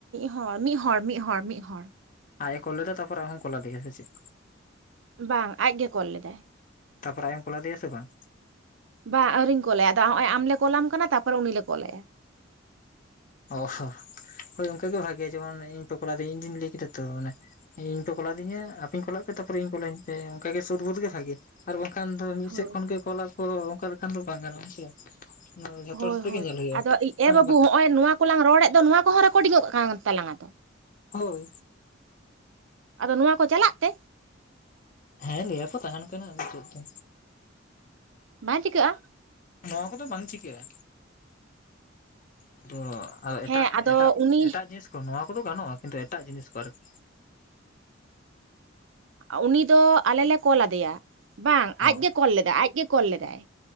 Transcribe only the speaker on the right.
ᱦᱚᱲ ᱢᱤᱫ ᱦᱚᱲ ᱢᱤᱫ ᱦᱚᱲ᱾ ᱢᱤᱫ ᱦᱚᱲ᱾
ᱵᱟᱝ, ᱟᱡᱜᱮ ᱠᱚᱞ ᱞᱮᱫᱟᱭ᱾
ᱵᱟᱝ ᱟᱹᱣᱨᱤᱧ ᱠᱚᱞᱟᱭᱟ, ᱟᱫᱚ ᱱᱚᱜᱼᱚᱭ ᱟᱢ ᱞᱮ ᱠᱚᱞᱟᱢ ᱠᱟᱱᱟ ᱛᱟᱨᱯᱚᱨᱮ ᱩᱱᱤ ᱞᱮ ᱠᱚᱞᱟᱭᱟ᱾
ᱦᱳᱭ
ᱦᱳᱭ
ᱦᱳᱭ᱾
ᱟᱫᱚ ᱮ ᱵᱟᱹᱵᱩ ᱦᱚᱸᱜᱼᱚᱭ ᱱᱚᱣᱟ ᱠᱚᱞᱟᱝ ᱨᱚᱲᱮᱫ ᱫᱚ, ᱱᱚᱣᱟ ᱠᱚᱦᱚᱸ ᱨᱮᱠᱳᱰᱤᱝᱚᱜ ᱠᱟᱱ ᱛᱟᱞᱟᱝᱟ ᱛᱚ?
ᱟᱫᱚ ᱱᱚᱣᱟ ᱠᱚ ᱪᱟᱞᱟᱜ ᱛᱮ?
ᱵᱟᱝ ᱪᱤᱠᱟᱹᱜᱼᱟ?
ᱦᱮᱸ ᱟᱫᱚ
ᱩᱱᱤ
ᱚ, ᱩᱱᱤ ᱫᱚ ᱟᱞᱮ ᱞᱮ ᱠᱚᱞ ᱟᱫᱮᱭᱟ, ᱵᱟᱝ
ᱟᱡᱜᱮ ᱠᱚᱞ ᱞᱮᱫᱟᱭ ᱟᱡ ᱜᱮ ᱠᱚᱞ ᱞᱮᱫᱟᱭ᱾